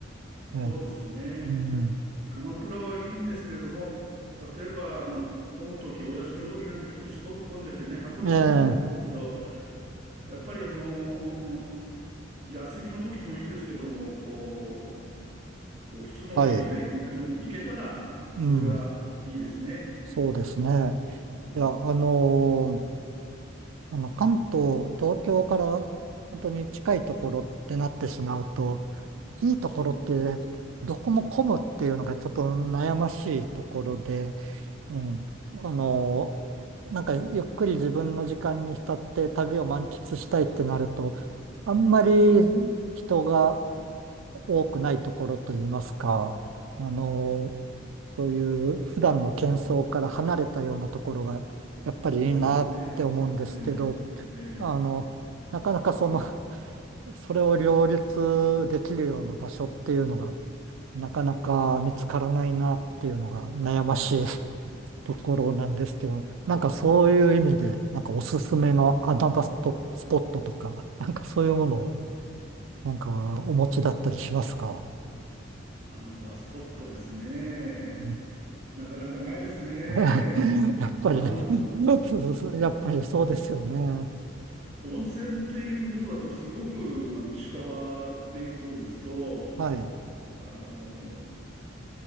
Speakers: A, on the right; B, on the right.
A: ええ、
B: そうですね。
A: うん、
B: 鎌倉はいいんですけれども、例えば、あの、混むとき、お休みのときなんか行くとすごく混んでてね、箱根も混んでるけど、
A: ええ、
B: やっぱりあのー休みのときもいいですけども、こう、こう普通のウィークデーに行くの、
A: はい、
B: 行けたら、それがいいですね。
A: うん、そうですね。
B: うん
A: いや、あのーあの、関東、東京から本当に近いところってなってしまうと、いいところってどこも混むっていうのがちょっと悩ましいところで、ええあの、なんかゆっくり自分の時間に浸って旅を満喫したいってなると、あんまり人が多くないところといいますか、あの、そういう普段の喧騒から離れたようなところがやっぱりいいなって思うんですけど、
B: そうですね。うえ、ええ。
A: あの、なかなかその、それを両立できるような場所っていうのが、なかなか見つからないなっていうのが悩ましいところなんですけど、なんかそういう意味で、なんかおすすめの穴場ストスポットとか、なんかそういうものを、なんかお持ちだったりしますか
B: あ、なんかバスポットですね。
A: うん
B: なかなかないですね。
A: <laughs> やっぱり
B: あの、
A: そうそう、<laughs> やっぱりそうですよね。
B: 温泉っていうことだと、すごく近場っていうことですと、
A: はい、
B: あの、